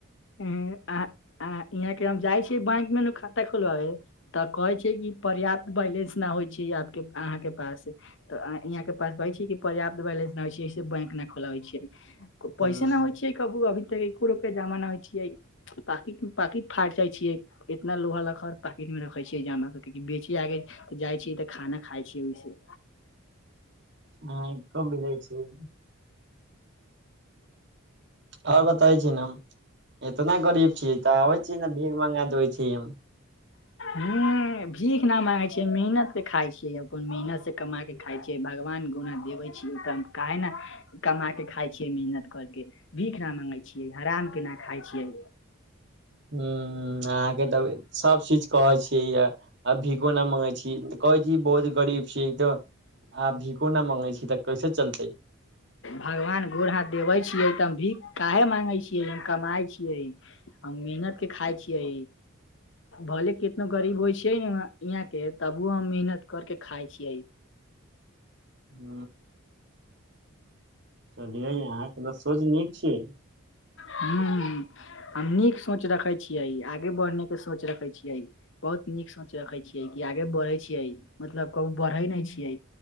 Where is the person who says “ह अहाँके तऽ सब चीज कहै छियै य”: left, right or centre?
Right